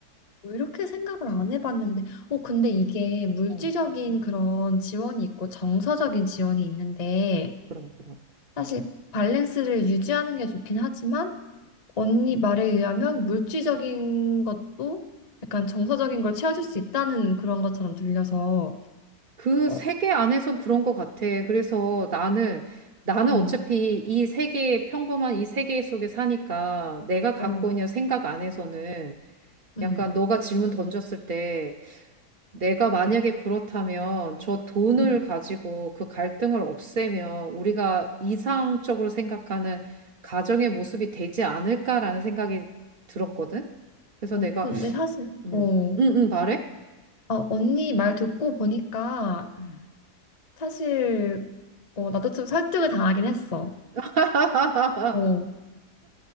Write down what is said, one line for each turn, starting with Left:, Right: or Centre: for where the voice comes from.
Left: 이렇게 생각을 안 해봤는데, 어, 근데 이게 물질적인
Right: 어,
Left: 그런 지원이 있고 정서적인 지원이 있는데,
Right: 그런, 그런.
Left: 사실 밸런스를 유지하는 게 좋긴 하지만, 언니 말에 의하면 물질적인 것도 약간 정서적인 걸 채워줄 수 있다는 그런 것처럼 들려서,
Right: 그
Left: 어,
Right: 세계 안에선 그런 것 같아. 그래서 나는, 나는
Left: 음,
Right: 어차피 이 세계, 평범한 이 세계 속에 사니까 내가 갖고
Left: 어,
Right: 있는 생각 안에서는
Left: 음,
Right: 약간 너가 질문 던졌을 때 내가 만약에 그렇다면 저 돈을
Left: 음,
Right: 가지고 그 갈등을 없애면 우리가 이상적으로 생각하는 가정의 모습이 되지 않을까라는 생각이 들었거든? 그래서
Left: 어,
Right: 내가,
Left: 근데 사실,
Right: 음,
Left: 어.
Right: 응, 응, 말해?
Left: 어, 언니 말 듣고 보니까
Right: 음.
Left: 사실 어, 나도 좀 설득을 당하긴 했어.
Right: <laughs>
Left: 어.